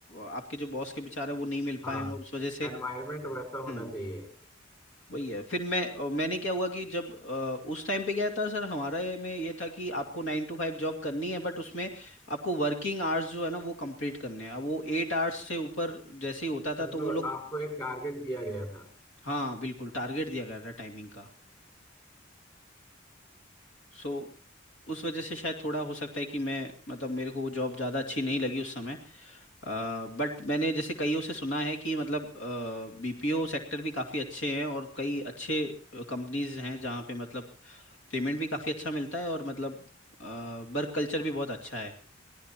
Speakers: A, on the left (about 75°); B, on the left (about 25°).
A: आपके जो बॉस के विचार है वो नहीं मिल
B: हाँ
A: पाए हों और उस वजह
B: एनवायरमेंट वैसा
A: से
B: होना चाहिए
A: वही है फिर मैं अ, मैंने क्या हुआ कि जब अ, उस टाइम पे गया था सर हमारे में ये था कि आपको नाइन टू फाइव जॉब करनी है बट उसमें आपको वर्किंग आवर्स जो है ना वो कंप्लीट करने हैं अब वो एट आवर्स से ऊपर जैसे ही होता था
B: मतलब
A: तो वो लोग
B: आपको एक टारगेट दिया गया था
A: हाँ बिल्कुल टारगेट दिया गया था टाइमिंग का सो उस वजह से शायद थोड़ा हो सकता है कि मैं मतलब मेरे को वो जॉब ज़्यादा अच्छी नहीं लगी उस समय बट मैंने जैसे कईयों से सुना है कि मतलब बीपीओ सेक्टर भी काफ़ी अच्छे हैं और कई अच्छे कंपनीज हैं जहाँ पे मतलब पेमेंट भी काफ़ी अच्छा मिलता है और मतलब वर्क कल्चर भी बहुत अच्छा है